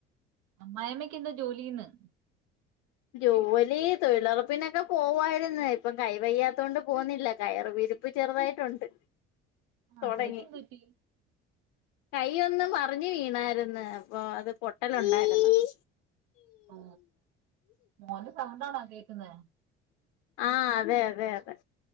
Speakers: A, on the right (about 60°); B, on the left (about 60°).
A: അമ്മായമ്മക്ക് എന്താ ജോലിന്ന്
B: ജോലി തൊഴിലുറപ്പിനൊക്കെ പോവായിരുന്നു ഇപ്പം കൈ വയ്യാത്ത കൊണ്ട് പോകുന്നില്ല കയറി ഇരിപ്പ് ചെറുതായിട്ടുണ്ട്
A: ആഹ്
B: തൊടങ്ങി
A: കൈക്ക് എന്ത് പറ്റി
B: കൈ ഒന്ന് മറിഞ്ഞ് വീണായിരുന്നുഅപ്പൊ അത് പൊട്ടലുണ്ടായിരുന്നു
A: ഓ മോൻ്റെ സൗണ്ടാണോ കേൾക്കുന്നേ
B: ആഹ അതെ അതെ അതെ